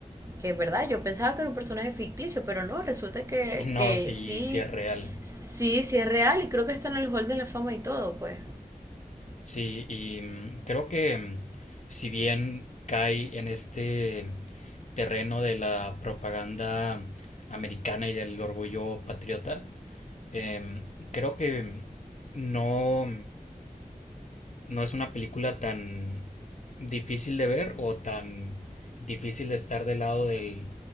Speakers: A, on the right (about 20°); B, on the left (about 55°).
A: que es verdad, yo pensaba que era un personaje ficticio, pero no, resulta que,
B: <laughs> No,
A: que
B: sí,
A: sí,
B: sí es real.
A: sí, sí es real y creo que está en el Hall de la Fama y todo, pues.
B: Sí, y mm, creo que mm, si bien cae en este terreno de la propaganda americana y del orgullo patriota, em, creo que no no es una película tan difícil de ver o tan difícil de estar del lado del,